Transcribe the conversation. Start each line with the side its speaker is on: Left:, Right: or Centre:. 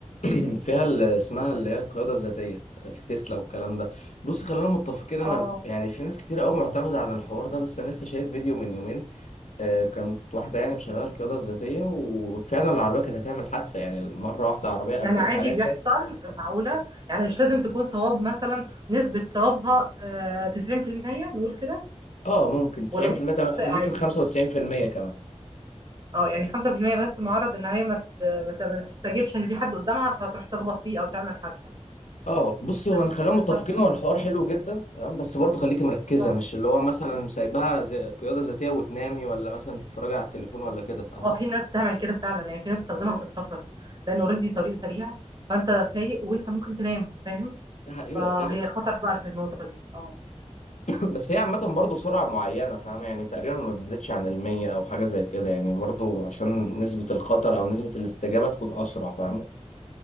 Left: <clears throat> فيها اللي اسمها اللي هي القياده الذاتيه في تسلا والكلام ده بص خلينا متفقين انا
Right: اه
Left: يعني في ناس كتير قوي معتمده على الحوار ده بس انا لسه شايف فيديو من يومين آه، كانت واحده يعني مشغله القياده الذاتيه وفعلا العربيه كانت هتعمل حادثه يعني مره واحده عربيه قبلت
Right: يعني عادي
Left: عليها
Right: بيحصل
Left: كده كانت هتعمل حادثه
Right: معقولة يعني مش لازم تكون صواب مثلا نسبة صوابها آه 90% نقول كده
Left: اه ممكن 90%
Right: ولا ممكن
Left: تم-
Right: تخطئ عادي
Left: ممكن 95% كمان
Right: اه يعني 5% بس معرض ان هي ما ت- ما ت- ما تستجيبش ان في حد قدامها فتروح تخبط فيه او تعمل حادثة
Left: اه بصي هو
Right: بس
Left: انا خلينا
Right: آه،
Left: متفقين هو الحوار حلو جدا تمام بس برضه خليكي مركزه
Right: اه
Left: مش اللي هو مثلا سايبها زي قياده ذاتيه وتنامي ولا مثلا تتفرجي على التليفون ولا كده فاهمه
Right: آه، في ناس بتعمل كده فعلا يعني في ناس بتستخدمها
Left: اه
Right: في السفر لان اوريدي طريق سريع فانت سايق وانت ممكن تنام فاهم
Left: ده حقيقة
Right: فهي
Left: ايوه
Right: خطر بقى في النقطة دي اه
Left: <laughs> بس هي عامه برضه سرعه معينه فاهمه يعني تقريبا ما بتزيدش عن المية او حاجه زي كده يعني برضه عشان نسبه الخطر او نسبه الاستجابه تكون اسرع فاهمه